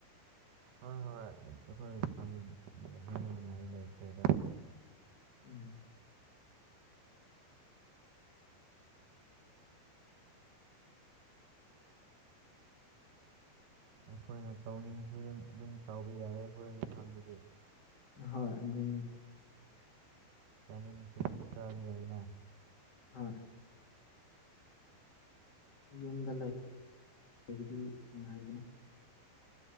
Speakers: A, on the right; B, on the left.
A: ꯍꯣꯏ ꯍꯣꯏ ꯑꯩꯈꯣꯏ ꯐꯪ ꯍꯦꯟꯅ ꯅꯨꯡꯉꯥꯏꯕ ꯂꯩꯇ꯭ꯔꯦꯗ
B: ꯎꯝ
A: ꯑꯩꯈꯣꯏꯅ ꯇꯧꯅꯤꯡꯕꯁꯨ ꯑꯗꯨꯝ ꯇꯧꯕ ꯌꯥꯏ ꯑꯩꯈꯣꯏ ꯃꯐꯝꯗꯨꯗꯤ
B: ꯍꯣꯏ ꯑꯗꯨꯅꯤ
A: ꯆꯥꯅꯤꯡꯕꯁꯨ ꯑꯗꯨꯝ ꯆꯥꯕ ꯌꯥꯏꯅ
B: ꯍꯣꯏ ꯌꯨꯝꯗ ꯂꯩ ꯍꯥꯏꯕꯗꯤ ꯅꯨꯡꯉꯥꯏꯒꯅꯤ